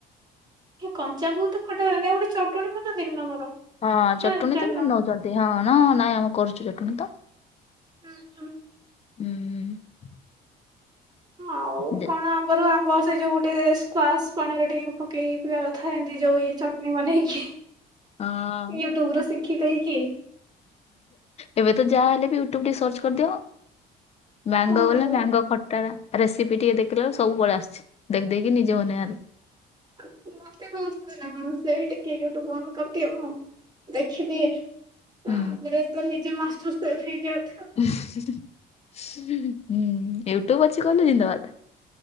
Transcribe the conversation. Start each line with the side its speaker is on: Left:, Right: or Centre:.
Right: କଞ୍ଚାଆମ୍ବ କୁ ତ ଖଟା କରନ୍ତି ଆଉ ଗୋଟେ ଚଟଣି ବନାନ୍ତିନି ତମର।
Left: ହଁ
Right: ନା
Left: ଚଟଣୀ
Right: ଜାଣିନ
Left: ତ ଭ ନଉଛନ୍ତି ହଁ ହ ନାଇଁ ଆମେ କରୁଛୁ ଚଟଣୀ ତ।
Right: ହୁଁ ହୁଁ।
Left: ହୁଁ
Right: ଆଉ
Left: ଦେ
Right: କଣ ଆମର ଆମ ବ ସେଇ ଯୋଉ ଗୋଟେ ସ୍କ୍ବାସ ପାଣିରେ ଟିକେ ପକେଇକି ପିବା କଥା। ଖାଏ ଅମିତି ଯୋଉ ଇଏ ଚଟନି ବନେଇକି
Left: ହଁ
Right: ୟୁଟ୍ୟୁବ ରୁ ଶିଖ କି ଦେଇ କିି
Left: ଏବେ ତ ଯାହା ହେଲେ ବି ୟୁଟ୍ୟୁବ ରେ ସର୍ଚ୍ଚ କରିଦବ। ମ୍ୟାଙ୍ଗ
Right: ହଁ।
Left: ବୋଲେ ମ୍ୟାଙ୍ଗ ଖଟା ଟା। ରେସିପି ଟିକେ ଦେଖିଲେ ବେଳେ ସବୁ ପଳେ ଆସିୁଛି ଦେଖିଦକି ନିଜେ ମନେ ଆନ୍ତି।
Right: <unintelligible> ଦେଖିଦିଏ ତାପରେ ତ ନିଜେ ମାସ୍
Left: ହୁଁ।
Right: <unintelligible>
Left: ହୁଁ। ୟୁଟ୍ୟୁବ ଅଛି କହିଲେ ଜିନ୍ଦାବାଦ।